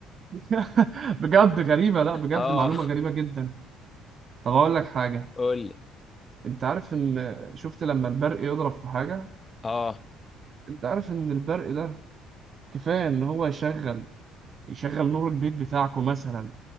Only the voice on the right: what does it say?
<laughs> بجد غريبة لا بجد
معلومة غريبة جدا طب اقول لك حاجة
انت عارف ان شفت لما البرق يضرب في حاجة
انت عارف ان البرق ده كفاية ان هو يشغل يشغل نور البيت بتاعكم مثلا